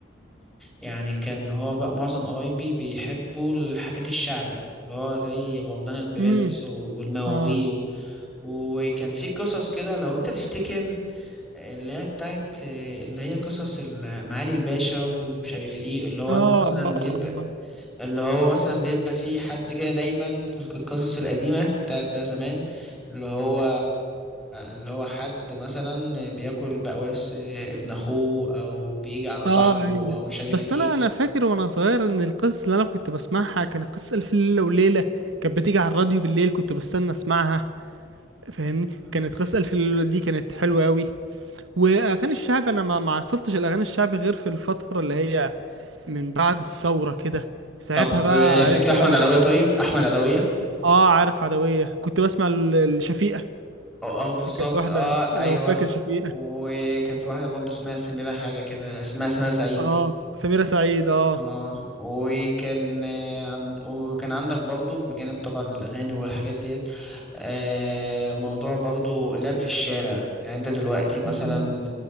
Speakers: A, in the centre; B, on the right.
A: يعني كان هو بقى معظم قرايبي بيحبوا الحاجات الشعبي اللي هو زي بابدان البرنس
B: امم
A: و- والمواويل
B: اه
A: وكان في قصص كده لو انت تفتكر اللي هي بتاعت اللي هي قصص ال- معالي الباشا ومش عارف ايه اللي هو
B: اه آه.
A: انت مثلا
B: آه.
A: بيبقى اللي هو مثلا بيبقى في حد كده دايما في الق- القصص القديمة بتاعت بقى زمان اللي هو اللي هو حد مثلا بياكل بقى ورث ابن اخوه او بيجي على صاحبه
B: اه أيوة.
A: او مش عارف
B: بس
A: ايه
B: انا انا فاكر وانا صغير ان القصص اللي انا كنت بسمعها كانت قصة الف ليلة وليلة كانت بتيجي على الراديو بالليل كنت بستنى اسمعها فاهمني كانت قصة الف ليلة وليلة دي كانت حلوة قوي واغاني الشعب انا ما ما عصرتش الاغاني الشعبي غير في الفترة اللي هي من بعد الثورة كده ساعتها
A: طب
B: بقى
A: آه، فاكر
B: عرفت
A: احمد
B: بقى الاغاني
A: علوية
B: الشعبي
A: طيب احمد علوية
B: اه عارف عدوية كنت بسمع ال- الشفيقة
A: اه اه بالظبط
B: كانت واحدة
A: اه ايوه
B: لو فاكر شفيقة
A: وكان في واحدة برضه اسمها سميرة حاجة كده اسمها سميرة سعيد
B: اه سميرة سعيد اه
A: اه وكان آه، عند... وكان عندك برضه بجانب طبعا الاغاني والحاجات ديت آه، موضوع برضه اللعب في الشارع يعني انت دلوقتي مثلا
B: مم.